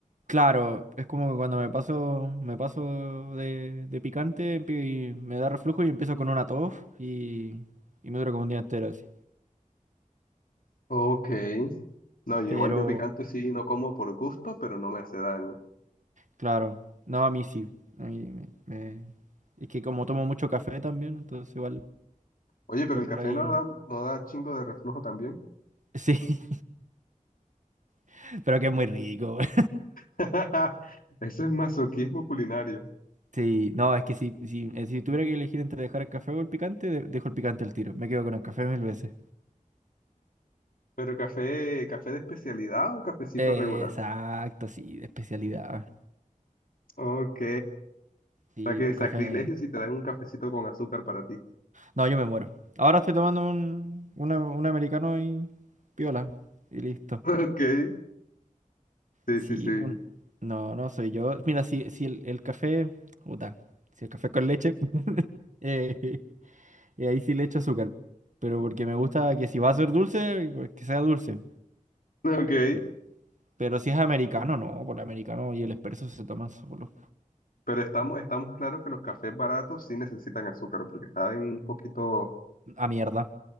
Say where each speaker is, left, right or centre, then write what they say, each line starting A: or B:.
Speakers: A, on the right; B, on the left.
A: Claro, es como que cuando me paso, me paso de, de picante empi- y me da reflujo y empiezo con una tos y, y me dura como un día entero así.
B: Ok. No, yo
A: Pero,
B: igual yo picante sí no como por gusto, pero no me hace daño.
A: claro, no, a mí sí. A mí me, me- Es que como tomo mucho café también, entonces igual
B: Oye, pero
A: por
B: el café
A: ahí...
B: no da, no da chingo de reflujo también.
A: Sí, <laughs> pero que es muy rico. <laughs> güey.
B: <laughs> Eso es masoquismo culinario.
A: Sí, no, es que si, si, eh, si tuviera que elegir entre dejar el café o el picante, de- dejo el picante al tiro. Me quedo con el café mil veces.
B: Pero café, café de especialidad o cafecito
A: Eh,
B: regular.
A: Exacto, sí, de especialidad.
B: Ok.
A: Sí,
B: O sea que
A: pues
B: sacrilegio
A: café.
B: si te dan un cafecito con azúcar para ti.
A: No, yo me muero. Ahora estoy tomando un, una- un americano y piola. Y listo.
B: <laughs> Ok. Sí,
A: Sí,
B: sí, sí.
A: pun- no, no soy yo. Mira, si, si el, el café. Puta. Si el café con leche. <laughs> eh, eh, ahí sí le echo azúcar. Pero porque me gusta que si va a ser dulce, pues que sea dulce.
B: Ok.
A: Pero, pero si es americano, no. Por el americano y el expreso se toman solo.
B: Pero estamos, estamos claros que los cafés baratos sí necesitan azúcar, porque saben un poquito.
A: A mierda.